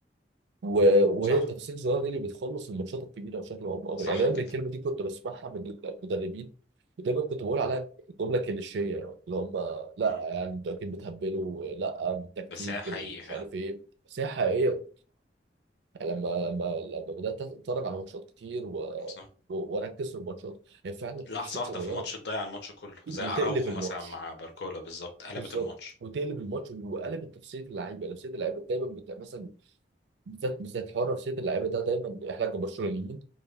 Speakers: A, on the right; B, on the left.
A: و- وهي
B: صح
A: التفاصيل الصغيره دي اللي بتخلص الماتشات الكبيره بشكل او باخر
B: صح
A: يعني دايما
B: كده
A: الكلمه دي كنت بسمعها من المدربين ودايما كنت بقول عليها جمله كليشيه يعني اللي هم لا
B: مم.
A: يعني انتوا اكيد بتهبلوا لا التكتيك
B: بس هي حقيقي
A: مش
B: فعلا
A: عارف ايه بس هي حقيقيه لما لما لما بدات اتفرج على ماتشات كتير و...
B: صح
A: و... واركز في الماتشات هي فعلا التفاصيل
B: لحظة واحدة
A: صغيره
B: في الماتش تضيع الماتش كله زي
A: وتقلب
B: أراوخو
A: الماتش
B: مثلا مع باركولا بالظبط قلبت
A: بالظبط
B: الماتش
A: وتقلب الماتش وقلبت نفسيه اللعيبه نفسيه اللعيبه دايما بتاع مثلا بالذات بالذات حوار نفسيه اللعيبه ده دايما احنا كبرشلونيين